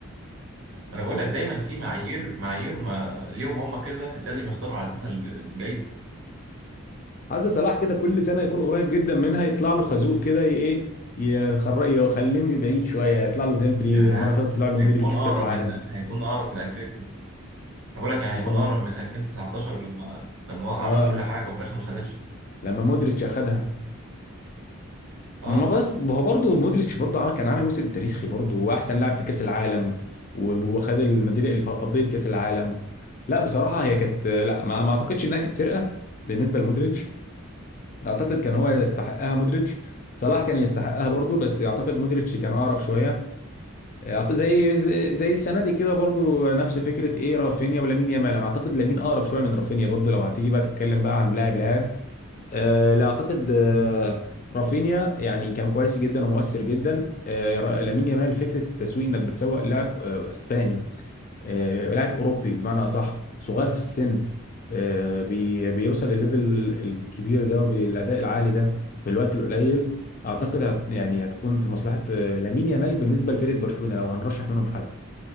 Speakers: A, on the right; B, on the left.
A: انا بقول لك دايما في معايير معايير ما ليهم هم كده لازم يختاروا على اساسها الجايزه
B: عايز صلاح كده كل سنه يكون قريب جدا منها يطلع له خازوق كده ي- ايه يخر... يخليه بعيد شويه يطلع له ديمبلي
A: يعني
B: المره اللي فاتت طلع له مودريتش
A: هيكون
B: في
A: اقرب
B: كاس العالم
A: من هيكون اقرب من 2000 انا بقول لك يعني هيكون
B: تمام
A: اقرب من 2019 لما كان هو عامل
B: اه
A: كل حاجه وفي الاخر ما خدهاش
B: لما مودريتش اخدها
A: اه
B: ما بس هو برضه مودريتش برضه عمل كان عامل موسم تاريخي برضه واحسن لاعب في كاس العالم و- وخد الميداليه فضيه كاس العالم لا بصراحه هي كانت لا ما, ما اعتقدش انها كانت سرقه بالنسبه لمودريتش اعتقد كان هو يستحقها مودريتش صلاح كان يستحقها برضه بس اعتقد مودريتش كان اقرب شويه آه، اعتقد زي زي زي السنه دي كده برضو نفس فكره ايه رافينيا ولامين يامال انا اعتقد لامين اقرب شويه من رافينيا برضو لو هتيجي بقى تتكلم بقى عن لاعب لاعب آه لا اعتقد آه رافينيا يعني كان كويس جدا ومؤثر جدا آه ر- لامين يامال فكره التسويق انك بتسوق لاعب آه اسباني آه، لاعب اوروبي بمعنى اصح صغير في السن آه، بي- بيوصل للليفل الكبير ده وبالاداء العالي ده في الوقت القليل اعتقد هت يعني هتكون في مصلحه آه، لامين يامال بالنسبه لفريق برشلونه لو هنرشح منهم حد